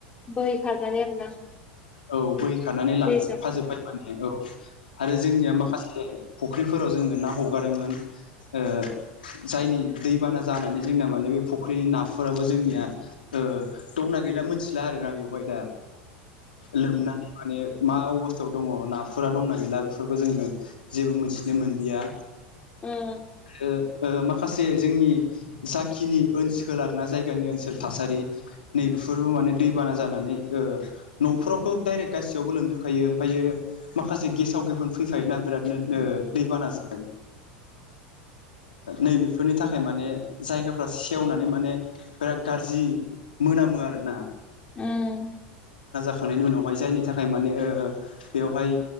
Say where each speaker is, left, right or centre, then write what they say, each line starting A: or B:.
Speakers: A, on the left; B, on the left.
A: बोहै खारनानै आरोना।
B: औ बोहै खारनानै लांफाजोबबाय
A: दैजों
B: माने औ आरो जोंनिया माखासे फुख्रिफोराव जोङो ना हगारोमोन। ओ जायनि दैबाना जानानै जोंना माने बे फुख्रिनि नाफोराबो जोंनिया ओ दंना गैला मिथिला आरोना बेवहाय दा लोमनानै माने मा अबस्थायाव दङ नाफोरा दंना गैला बेफोरखौ जोङो जेबो मिथिनो मोनलिया
A: उम
B: ओ माखासे जोंनि जाखिनि ओनसोल आरोना जायगानि ओनसोल थासारि नैबेफोरबो माने दैबाना जानानै ओ न'फ्रावथ' डाइरेक्ट गासैयावबो लोमजोबखायो ओमफ्रायो माखासे गेसाव गेफोन फैफायो ना बिरादनो ओ दैबानाजों नै बेफोरनि थाखाय माने जायगाफ्रा सेवनानै माने बिराद गाज्रि मोनामो आरोना।
A: उम
B: खांनायनि उनावहाय जायनि थाखाय माने ओ बेवहाय